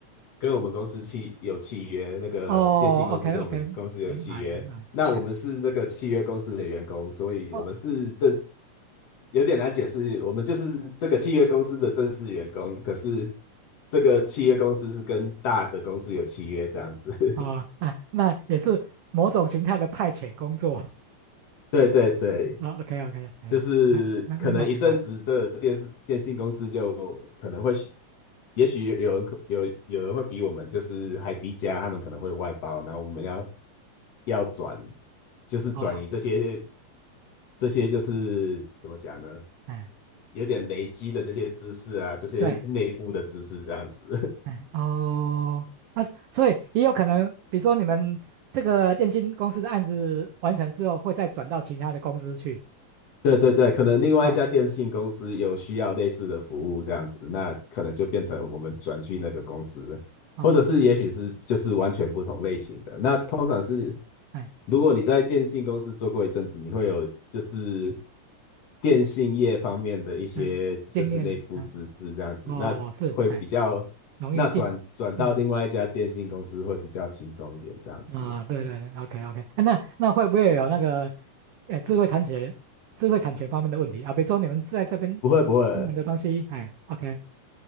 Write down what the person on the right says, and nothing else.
哦，OK OK，明白明白，
嗯，
哦
哦，
那那也是某种形态的派遣工作
啊，OK OK，哎，
那那那我明白，
哦，
哎，
对，
哎，哦，那、所以也有可能，比如说你们这个电信公司的案子完成之后，会再转到其他的公司去，
啊、哦，
哦，
哎，
嗯、经验，嗯、哦，
是，哎，容易进，
嗯。啊，对对对，OK OK，那那会不会有那个，呃，智慧产权、智慧产权方面的问题啊？比如说你们在这边用的东西，
哎，OK，